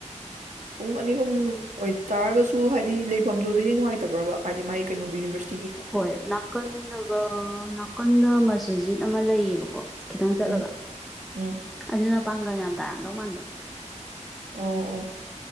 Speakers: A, on the right (about 75°); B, in the centre.
A: ꯄꯨꯡ ꯑꯅꯤ ꯑꯍꯨꯝ ꯑꯣꯏꯇꯥꯥꯔꯒꯁꯨ ꯍꯥꯏꯗꯤ ꯂꯩꯐꯝꯗꯨꯗꯗꯤ ꯅꯨꯡꯉꯥꯏꯇꯕ꯭ꯔꯕ ꯍꯥꯏꯗꯤ ꯃꯒꯤ ꯀꯩꯅꯣꯒꯤ ꯌꯨꯅꯤꯚꯔꯁꯤꯇ
B: ꯍꯣꯏ ꯅꯥꯀꯟꯗꯒ ꯅꯥꯀꯟꯗ ꯃꯁꯖꯤꯠ ꯑꯃ ꯂꯩꯌꯦꯕꯀꯣ ꯈꯤꯇꯪ ꯆꯠꯂꯒ
A: ꯎꯝ ꯎꯝ
B: ꯑꯗꯨꯅ ꯄꯥꯡꯒꯜ ꯌꯥꯝ ꯇꯥꯔꯝꯗꯧ ꯃꯥꯟꯕ
A: ꯑꯣ ꯑꯣ